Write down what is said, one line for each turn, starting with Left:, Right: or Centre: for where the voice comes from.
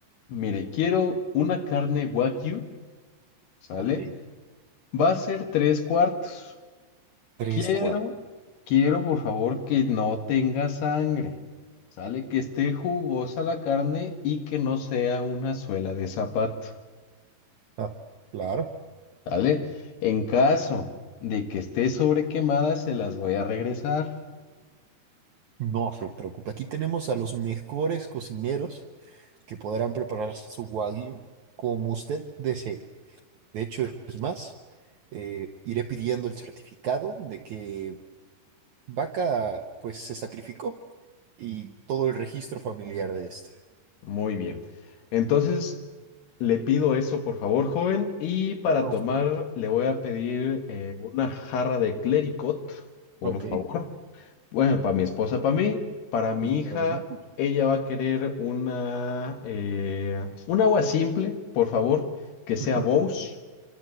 Left: Mire, quiero una carne wagyu, ¿sale?
Right: ok.
Left: Va a ser tres cuartos.
Right: Tres
Left: Quiero,
Right: cuartos.
Left: quiero por favor que no tenga sangre. Sale que esté jugosa la carne y que no sea una suela de zapato.
Right: Ah, claro.
Left: ¿Sale? En caso de que esté sobrequemada, se las voy a regresar.
Right: No se preocupe. Aquí tenemos a los mejores cocineros que podrán preparar su wagyu como usted desee. De hecho, es más, eh, iré pidiendo el certificado de que Vaca, pues, se sacrificó y todo el registro familiar de esta.
Left: Muy bien. Entonces, le pido eso por favor, joven. Y para
Right: Claro.
Left: tomar, le voy a pedir eh, una jarra de clericot, por
Right: Ok.
Left: favor. Bueno, para mi esposa, para mí, para mi
Right: Y para
Left: hija,
Right: los niños.
Left: ella va a querer una, eh, un agua simple, por favor, que
Right: <laughs>
Left: sea Bose,